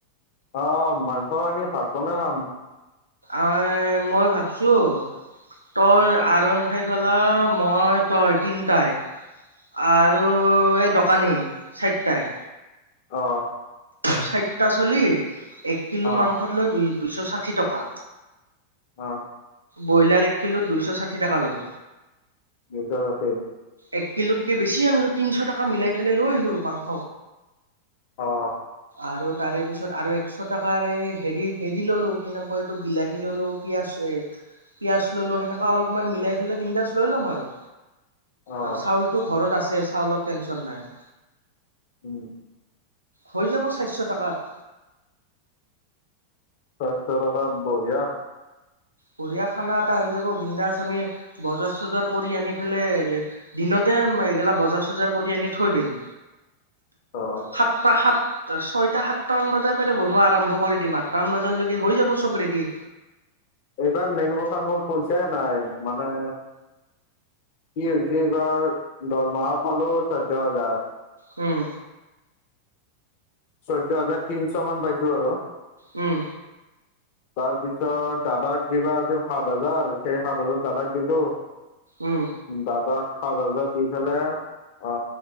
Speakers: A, on the left (about 50°); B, on the right (about 80°).
A: অ, মাংস আনি ভাত বনাই খাম।
B: অ, মই ভাবছো। তই আৰন ফাই ফালা মই তই তিনটাই। আৰু এই দোকানী চাৰিটাই।
A: অ'।
B: চাৰটা চলি এক কিলো
A: অ
B: মাংসত লৈ দুই দুইশ ষাঠি টকা।
A: অ'।
B: ব্ৰইলাৰ এক কিলোত দুইশ ষাঠি টকা ল'ব।
A: নিজৰ তাতে।
B: এক কিলোতকে বেছি আনিলো তিনিশ টকা মিলাই পেলাই লৈ আহিলো মাংস।
A: অ'।
B: আৰু তাৰে পিছত আৰু একশ টকাৰ হেৰি হেৰি ললো কি নাম কয় এইটো বিলাহী ললো। পিয়াজ এই পিয়াজ ললো সেনেকোৱা অলপমান মিলাই পেলাই বিন্দাছ লৈ ল'ম আৰু
A: অ
B: আৰু চাউলতো ঘৰত আছে চাউলত টেনচন নাই।
A: উম।
B: হৈ যাব চাৰিশ টকাত।
A: চাৰশ টাকাত বঢ়িয়া।
B: বঢ়িয়া খানা এটা হৈ যাব বিন্দাচ আমি বজাৰ চজাৰ কৰি আনি পেলে। দিনতে এইগিলা বজাৰ-চজাৰ কৰি আনি থৈ দিম।
A: অ, অ।
B: সাতটা সাত। ছয়টা, সাতটামান বজাৰ পেৰে বনোৱা আৰম্ভ কৰি দিম। আঠটামান বজালৈকে হৈ যাব চব ৰেডি।
A: এইবাৰ মেইন কথা মোৰ পইচাই নাই মানে। কি হৈছে এইবাৰ দৰমহা পালো চৈধ্য হাজাৰ।
B: উম।
A: চৈধ্য হাজাৰ তিনশ মান পাইছো আৰু
B: উম।
A: তাৰ পিছত দাদাক দিবা আছিল সাত হাজাৰ সেই সাত হাজাৰ দাদাক দিলো
B: উম
A: দাদাক সাত হাজাৰ দি পেলাই আ